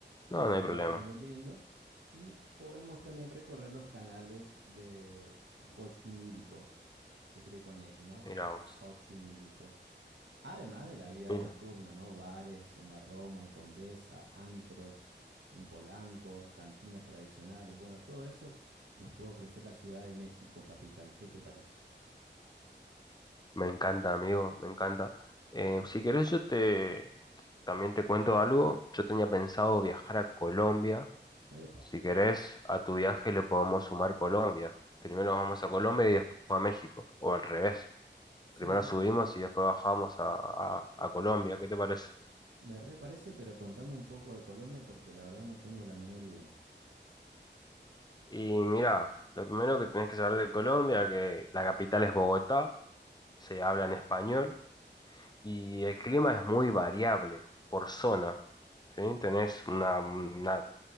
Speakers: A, on the left; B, on the right.
A: no,
B: que es
A: no hay
B: un
A: problema.
B: bosque muy lindo, y podemos también recorrer los canales de Xochimilco, se escribe con X, ¿no?
A: Mira vos.
B: Xochimilco. Además de la vida
A: Mira,
B: nocturna, ¿no? Bares en la Roma y Condesa, antros en Polanco, cantinas tradicionales, bueno, todo eso nos puede ofrecer la Ciudad de México capital, ¿qué te parece?
A: me encanta, amigo, me encanta. Eh, si querés, yo te también te cuento algo. Yo tenía pensado viajar a Colombia
B: Epa,
A: Si querés, a tu viaje le podemos sumar Colombia. Primero vamos a Colombia y después a México, o al revés.
B: sí,
A: Primero subimos y después bajamos a, a- a Colombia, ¿qué te parece?
B: me reparece, pero contame un poco de Colombia porque la verdad no tengo la menor idea.
A: Y mira, lo primero que tenés que saber de Colombia, que la capital es Bogotá, se habla en español y el clima es muy variable por zona. ¿sí? Tenés una, una